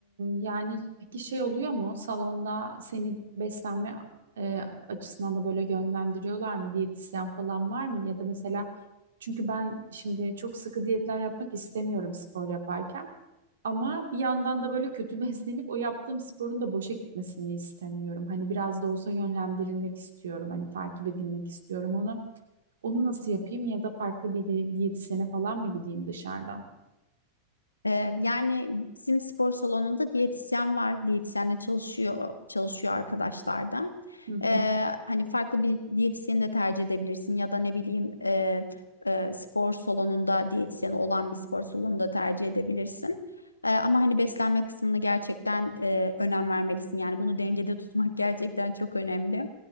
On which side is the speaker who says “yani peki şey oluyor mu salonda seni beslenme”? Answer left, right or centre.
Right